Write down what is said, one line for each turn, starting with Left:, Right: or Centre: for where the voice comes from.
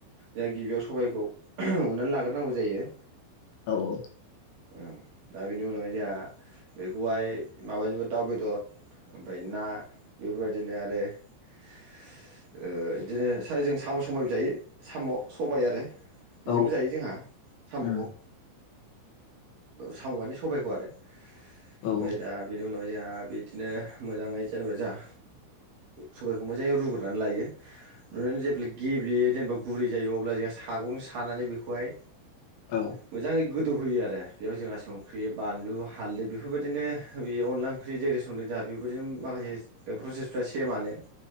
Right: जों गिबियाव सबायखौ उननानै लाग्रोनांगौ जायो।
Left: औ औ।
Right: ओं दा बेनि उनावहाय जोंहा बेखौहाय माबाजोंबो दाउ बेदर ओमफ्राय ना बेफोरबायदिनो आरो बिदिनो ओ सार जों साम' सबायबो जायो साम' सबाय आरो। इजोंबो
Left: औ
Right: जायो जोंहा साम'खौ।
Left: उम
Right: साम' माने सबायखौ आरो।
Left: औ
Right: ओमफाय दा बिनि उनावहाय जोंहा बिदिनो मोजाङै जेनेबा जोंहा सबाइखौ मोजाङै रुग्रोनानै लायो। रुनानै जेब्ला गे गेब्लेयो जेनेबा गुरै जायो अब्ला जोंहा सागं सानानै बेखौहाय
Left: औ
Right: मोजांङै गो दौहोयो आरो बेयाव जोंहा संख्रि बानलु हाल्दै बेफोरबायदिनो बे अनला ओंख्रि जेरै संदों जोंहा बेफोरबायदिनो माखासे प्रसेसफ्रा सेमानो।